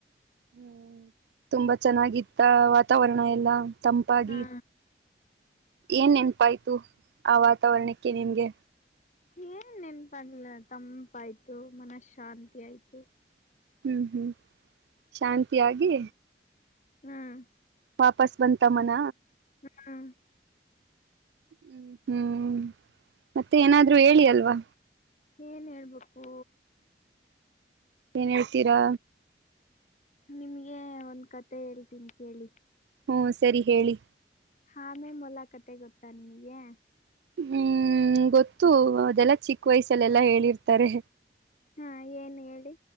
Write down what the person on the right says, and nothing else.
ಹ್ಮ್ ತುಂಬಾ ಚೆನ್ನಾಗಿತ್ತ ವಾತಾವರಣ ಎಲ್ಲಾ ತಂಪಾಗಿ.
ಏನ್ ನೆನಪಾಯ್ತು ಆ ವಾತಾವರಣಕ್ಕೆ ನಿಮ್ಗೆ.
ಹ್ಮ್ ಹ್ಮ್ ಶಾಂತಿಯಾಗಿ
ವಾಪಸ್ ಬಂತ ಮನ
ಹ್ಮ್ ಹ್ಮ್ ಮತ್ತೆ ಏನಾದ್ರು ಹೇಳಿ ಅಲ್ವಾ
ಏನ್ ಹೇಳ್ತೀರಾ
ಹ್ಮ ಸರಿ ಹೇಳಿ.
ಹ್ಮ್ ಹ್ಮ್ ಗೊತ್ತು ಅದೆಲ್ಲಾ ಚಿಕ್ಕ ವಯಸಲ್ಲೆಲ್ಲಾ ಹೇಳಿರ್ತರೆ.